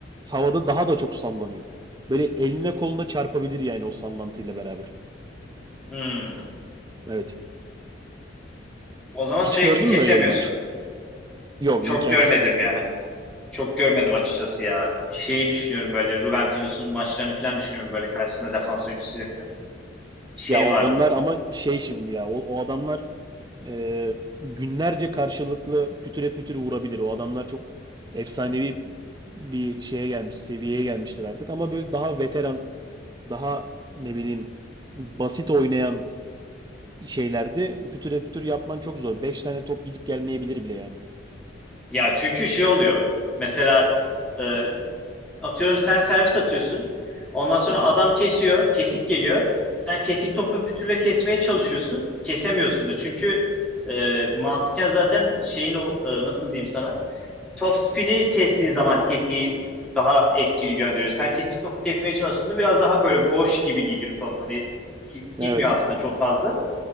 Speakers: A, on the right; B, in the centre.
A: Havada daha da çok sallanıyor. Böyle eline koluna çarpabilir yani o sallantıyla beraber.
B: Hmm.
A: Evet.
B: O zaman
A: Hiç
B: sürekli
A: gördün
B: kesemiyorsun.
A: mü öyle bir maç? Yok,
B: Çok
A: imkansız.
B: görmedim ya. Çok görmedim açıkçası ya. Şeyi düşünüyorum böyle Ruben Filus'un maçlarını falan düşünüyorum böyle karşısında defans oyuncusuyla falan. Şey
A: Ya onlar
B: vardı.
A: ama şey şimdi ya o, o adamlar e, günlerce karşılıklı pütüre pütür vurabilir. O adamlar çok efsanevi bir şeye gelmiş, seviyeye gelmiştir artık. Ama böyle daha veteran, daha ne bileyim basit oynayan şeylerde pütüre pütür yapman çok zor. 5 tane top gidip gelmeyebilir bile yani.
B: Ya çünkü şey oluyor. Mesela e, Atıyorum sen servis atıyorsun. Ondan sonra
A: Aha.
B: adam kesiyor. Kesik geliyor. Sen kesik topu pütürle kesmeye çalışıyorsun. Kesemiyorsun da. Çünkü e, mantıken zaten şeyin o e, nasıl diyeyim sana. Top spin'i kestiğin zaman kesiği daha etkili gönderiyor. Sen kesik topu kesmeye çalıştığında biraz daha böyle boş gibi gidiyor top. Hani kesik gitmiyor
A: Evet.
B: aslında çok fazla.